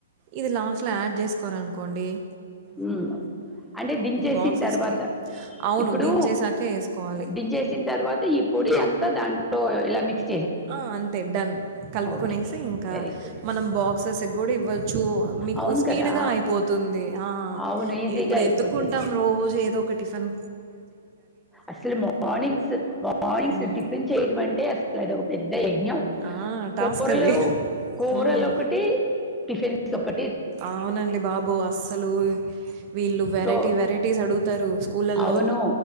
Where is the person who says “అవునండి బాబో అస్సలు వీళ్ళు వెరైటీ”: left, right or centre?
Right